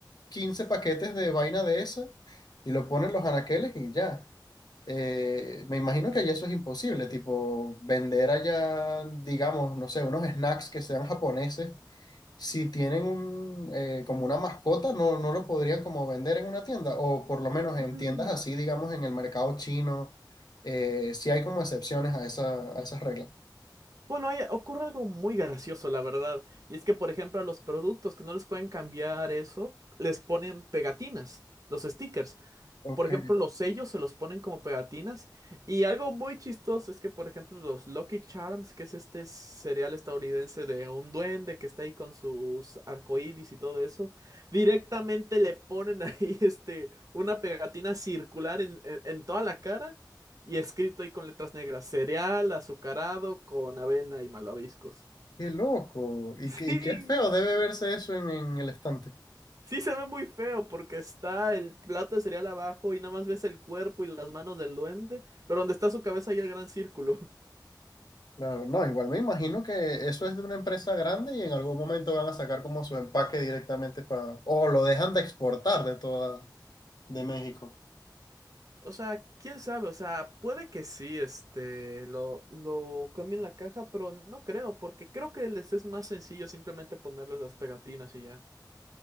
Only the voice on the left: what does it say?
15 paquetes de vaina de esa y lo ponen los anaqueles y ya. Eh, me imagino que allá eso es imposible, tipo, vender allá, digamos, no sé, unos snacks que sean japoneses si tienen un, eh, como una mascota, no, no lo podrían como vender en una tienda, o por lo menos en
tiendas así, digamos, en el mercado chino, eh, sí hay como excepciones a esa, a esas reglas.
Ok,
qué loco. Y,
qué- y qué feo debe verse eso en, en el estante.
Claro, no, igual me imagino que eso es de una empresa grande y en algún momento van a sacar como su empaque directamente para, o lo dejan de exportar de toda, de México.